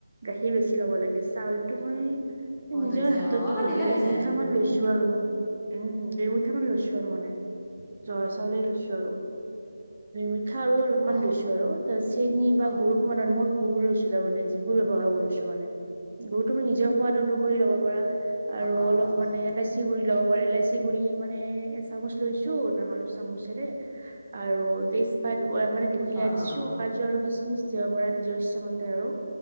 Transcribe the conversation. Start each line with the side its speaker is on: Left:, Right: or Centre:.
Right: গাখীৰ বেছি লব লাগে চাউলটো মানে
Centre: সোধ
Right: নিজৰ
Centre: হৈ যায়
Right: হাতত
Centre: অ
Right: জোখত
Centre: অলপ দিলে
Right: দুই
Centre: হৈ যায়
Right: মুঠা
Centre: উম
Right: মান লৈছো। আৰু মানে উম ঢেৰমুঠা মান লৈছো আৰু মানে জহা চাউলে লৈছো আৰু। মিঠা আৰু অলপমান
Centre: অ
Right: লৈছো আৰু তাৰছ চেনি বা
Centre: অ
Right: গুৰ সমান মই গুৰ লৈছিলো তামানে যি গুৰ ব্যৱহাৰ কৰিছো মানে। গুৰ তুমি নিজৰ সোৱাদ অনুসৰি ল'ব পাৰা আৰু
Centre: অ
Right: অলপ
Centre: অ অ
Right: মানে এলাইচি গুৰি লব পাৰে ইলাইচি গুৰি মানে এ চামুচ লৈছো ডাঙৰ চামুচেৰে আৰু তেজপাত মানে দুখ খিলা
Centre: অ',
Right: দিছো
Centre: অ', অ',
Right: কাজু আৰু খিচমিচ দিব পাৰা নিজৰ ইচ্ছামতে আৰু।